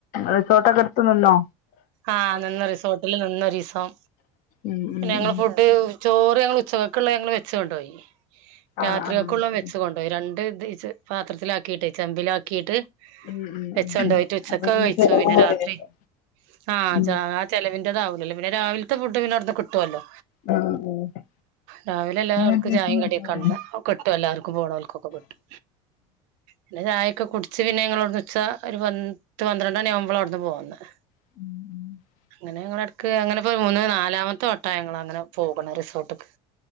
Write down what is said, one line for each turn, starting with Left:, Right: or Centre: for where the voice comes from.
Left: റിസോർട്ടൊക്കെട്ത്ത് നിന്നോ?
Right: ആഹ് നിന്ന് റിസോർട്ടില് നിന്നൊരീസം.
Left: ഉം
Right: പിന്നെ
Left: ഉം
Right: ഞങ്ങള്
Left: ഉം
Right: ഫുഡ് ചോറ് ഞങ്ങൾ ഉച്ചകക്ക്ള്ള ഞങ്ങൾ വെച്ച് കൊണ്ടോയി രാത്രികൾക്കുള്ള
Left: ആഹ് ആഹ് ശരി
Right: വെച്ച് കൊ രണ്ട് ഇത് ച്ച് പാത്രത്തിലാക്കിട്ട് ചെമ്പിലാക്കിട്ട്
Left: ഉം ഉം
Right: വെച്ചൊണ്ടോയിട്ട്
Left: ഉം ഉം.
Right: ഉച്ചക്കത്
Left: അപ്പൊ
Right: കഴിച്ചു
Left: ചെലവും
Right: പിന്നെ
Left: കുറയല്ലോ
Right: രാത്രി ആ
Left: ഉം
Right: ജ ആ ചെലവിന്റെതാവുലല്ലോ പിന്നെ രാവിൽത്തെ ഫുഡ് പിന്നെ അവ്ട്ന്ന് കിട്ടല്ലോ
Left: ആ, ആ.
Right: രാവിലെല്ലാർക്കും
Left: അങ്ങനെ വ്യത്യാസം
Right: ചായിം
Left: വരുന്നുല്ലേ
Right: കടിയൊക്കെണ്ട് ഓൻ കെട്ടും എല്ലാർക്കും പോണോൽക്കൊക്കെ കിട്ടും പിന്നെ ചായക്കെ കുട്ച്ച് പിന്നെ ഞങ്ങളവിട്ന്ന് ഉച്ച ഒരു പത്ത് പന്ത്രണ്ടണി ആവുമ്പള അവ്ട്ന്ന് പോന്നത്
Left: ഉം ഉ
Right: അങ്ങനെ ഞങ്ങളെടക്ക് അങ്ങനെപ്പോ മൂന്ന് നാലാമത്തെ വട്ടാ ഞങ്ങളങ്ങനെ പോകണ റിസോർട്ട്ക്ക്